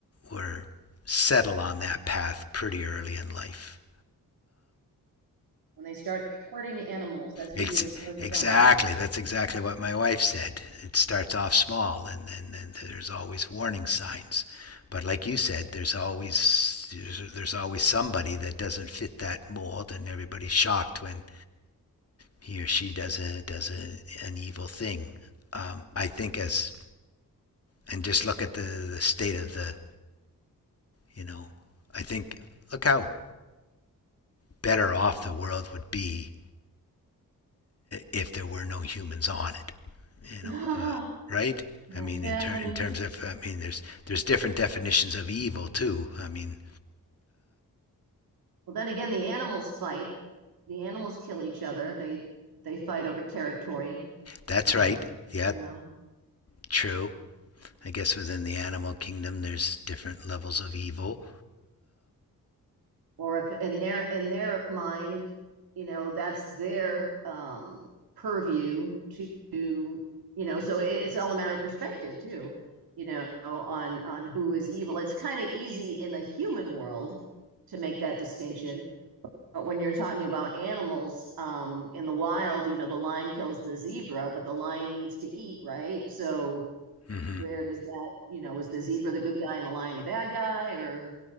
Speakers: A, on the left; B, on the right.
A: were settle on that path pretty early in life.
B: When they start hurting animals, that's
A: It's
B: usually the first
A: exactly
B: sign.
A: that's exactly what my wife said. It starts off small, and then and there's always warning signs. But like you said, there's always there's always somebody that doesn't fit that mold, and everybody's shocked when he or she does a does a, an evil thing. Um, I think as and just look at the the state of the you know I think look how better off the world would be if there were no humans on it. You
B: <laughs> yeah,
A: know, uh, right?
B: yeah.
A: I mean, in, ter-
B: I mean,
A: in terms of, I mean, there's there's different definitions of evil too. I mean,
B: Well, then again, the animals fight. The animals kill each other. They they fight over territory.
A: that's
B: Um,
A: right. Yeah,
B: you know,
A: true. I guess within the animal kingdom, there's different levels of evil.
B: or if in their in their mind, you know, that's their um purview to, you know, so it, it's all a matter of perspective too, you know, on on who is evil. It's kind of easy in the human world to make that distinction. But when you're talking about animals um, in the wild, you know, the lion kills the zebra, but the lion needs to eat, right? So
A: Mm-hmm.
B: where does that, you know, is the zebra the good guy and the lion the bad guy, or